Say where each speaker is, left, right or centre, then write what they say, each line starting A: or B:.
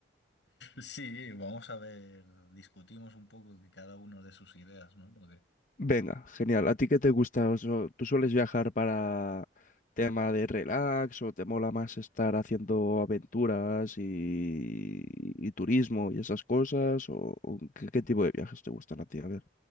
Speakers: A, on the left; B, on the left.
A: Sí, vamos a ver, discutimos un poco que cada uno de sus ideas, ¿no? ¿O qué?
B: Venga, genial, ¿a ti qué te gusta? O sea, ¿Tú sueles viajar para tema de relax o te mola más estar haciendo aventuras y, y turismo y esas cosas? ¿O, o qué, qué tipo de viajes te gustan a ti? A ver,